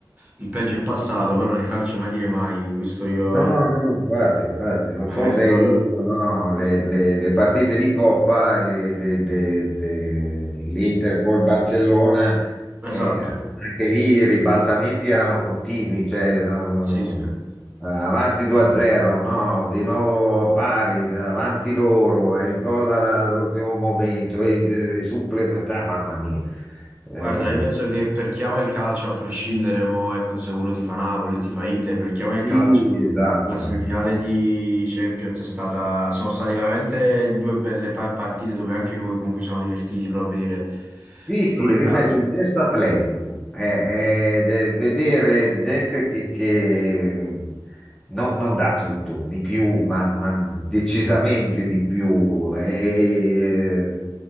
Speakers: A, on the right; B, in the centre.
A: il peggio è passato, però nel calcio mai dire mai. Questo io
B: No, no, no, infatti, infatti, non
A: veramente
B: so se hai
A: lo...
B: visto, no, le, le- le partite di Coppa e de- de- de- l'Inter col Barcellona, eh,
A: Esatto,
B: anche lì i ribaltamenti erano continui, cioè, no,
A: pazzesco.
B: eh, avanti 2-0, no, di nuovo pari, avanti loro, e il gol alla- all'ultimo momento, e i supplementari, mamma mia. Eh,
A: Guarda, io penso che per chi ama il calcio, a prescindere, mo, ecco, se uno ti fa Napoli, ti fa Inter, per chi ama il
B: Sì,
A: calcio,
B: esatto.
A: la semifinale di Champions è stata, sono state veramente due belle pa- partite dove anche noi comunque ci siamo divertiti proprio a vedere
B: Sì, sì,
A: proprio il
B: ripeto,
A: calcio.
B: un gesto atletico. Eh, ed è vedere gente che, che no- non dà tutto, di più, ma, ma decisamente di più. È,